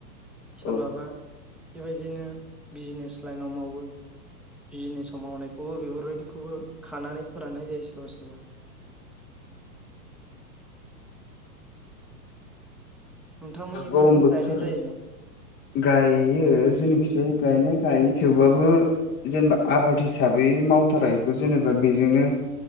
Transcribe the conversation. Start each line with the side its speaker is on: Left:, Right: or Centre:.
Centre: सोरबाबा
Left: औ
Centre: बेबायदिनो बिजनेस लाइनाव मावो बिजिनेसाव मावनायखौबो बेफोरबायदि खौबो खानानै फोराननाय जायो सोरबा सोरबा नोंथांमोननिखैबो
Left: गरम बोथोर
Centre: गायनाय जायो ने?
Left: गायो जेनिखि जाय गायनाय गाय थेवब्लााबो जेनेबा आबाद हिसाबै मावथारा बेखौ जेनेबा
Centre: उम
Left: बेजोंनो